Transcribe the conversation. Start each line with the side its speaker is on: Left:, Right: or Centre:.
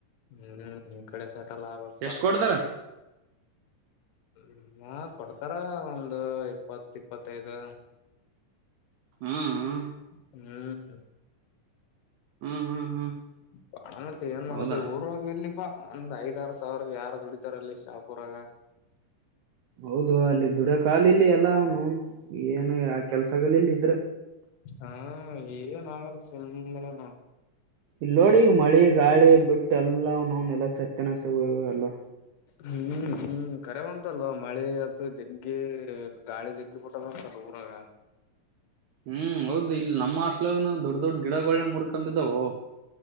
Left: ಹ್ಮ್ ಈ ಕಡೆ ಸೆಟಲ್ ಆಗ್ಬೆಕ್.
Right: ಎಷ್ಟು ಕೊಡ್ತಾರ?
Left: ಹ್ಮ ಕೊಡ್ತಾರ ಒಂದು ಇಪ್ಪತ್ತು ಇ ಇಪ್ಪತ್ತೈದು
Right: ಹ್ಮ್ ಹ್ಮ
Left: ಹ್ಮ್
Right: <unintelligible>
Left: ಬಣ ಏನ್ ಮಾಡ್ದ
Right: ಹೌದಾ
Left: ಊರಾಗ ಎಲ್ಲಿ ಒಂದ್ ಐದರು <unintelligible> ಸಾವಿರ ಯಾರ ದುಡಿತಾರಲ್ಲಿ ಶಾಪೂರಾಗ
Right: ಹೌದು ಅಲ್ಲಿ ದುಡ ಕಾಲ ಇಲ್ಲಿ ಎಲ್ಲ ಅವನ ನೌನ್. ಏನು ಯಾವ್ ಕೆಲಸ ಆಗ ಇಲ್ಲಿದ್ರ.
Left: ಹಾ <unintelligible> ಆಗಾದ ಸುಮ್ಮನೆ ನ
Right: ಇಲ್ಲ ನೋಡಿ ಈಗ ಮಳಿ ಗಾಳಿ ಬಿಟ್ಟ ಎಲ್ಲ ಅವನೌನ ಎಲ್ಲಾ ಸತ್ಯನಾಶ ಆಗಿ ಹೋಗ್ಯಾವ್ ಎಲ್ಲಾ.
Left: ಹ್ಮ್ ಹ್ಮ್ ಕರವಂತಲ್ವ ಮಳೆ ಅತ್ತು ಜಗ್ಗಿ ಗಾಳಿ ಜಗ್ಗಿ ಬಿಟ್ಟದಂತಲ್ಲ ಊರಾಗ.
Right: ಹ್ಮ್ ಹೌದು ಇಲ್ಲಿ ನಮ್ಮ ಹಾಸ್ಟೆಲ್ ದೊಡ್ಡ ದೊಡ್ಡ ಗಿಡಗಳನ ಮುರ್ಕೊಂಬಿದ್ದವು.